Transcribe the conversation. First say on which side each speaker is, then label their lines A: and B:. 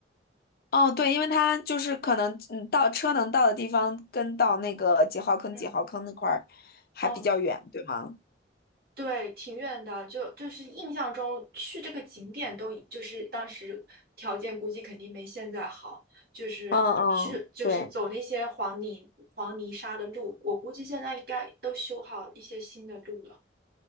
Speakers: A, on the left (about 55°); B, on the right (about 55°).
A: 哦，对，因为它就是可能，嗯，到车能到的地方跟到那个几号坑、
B: 嗯，
A: 几号坑那块儿还比较远，
B: 哦。
A: 对吗？
B: 对，挺远的，就就是印象中去这个景点都已就是当时条件估计肯定没现在好，就是去就是走那些黄泥黄泥沙的路，
A: 嗯嗯，对，
B: 我估计现在应该都修好一些新的路了。